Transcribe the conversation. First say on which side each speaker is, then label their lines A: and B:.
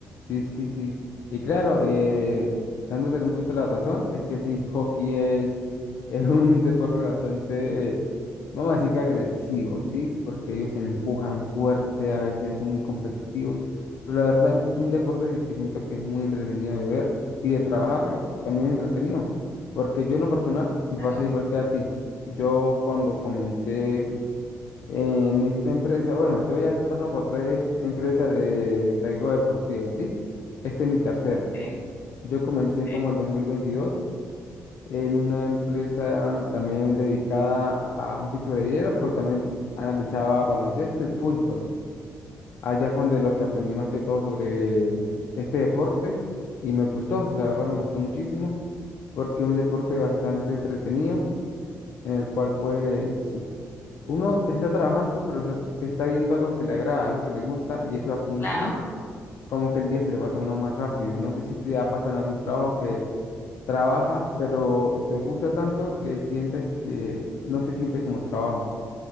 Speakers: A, on the left; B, on the left.
A: Sí, sí, sí. Y claro, eh, dándole un poquito la razón, es que sí, hockey es, <laughs> es un deporte bastante, vamos a decir que agresivo, ¿sí? Porque ellos se empujan fuerte, a veces son muy competitivos. Pero la verdad, un, un deporte que siento que es muy entretenido de ver y de trabajarlo también es entretenido. Porque yo en lo personal me
B: Claro,
A: pasa igual que a ti. Yo cuando comencé. En esta empresa, bueno, yo ya he pasado por tres empresas de taekwondo deportivo, ¿sí? Esta es mi tercera.
B: Ok,
A: Yo comencé
B: ok,
A: como el 2022 en una empresa también dedicada a hockey sobre hielo, pero también analizaba baloncesto y fútbol. Allá fue donde lo que aprendí más que todo sobre este deporte y me gustó, la verdad me gustó muchísimo porque es un deporte bastante entretenido en el cual pues Uno te está trabajando, pero está, está viendo algo que le agrada, algo que le gusta, y eso da como un
B: claro.
A: plus, como que el día se le pasa a uno más rápido. No sé si te ha pasado en algún trabajo que trabajas, pero te gusta tanto que sientes que no se siente como trabajo.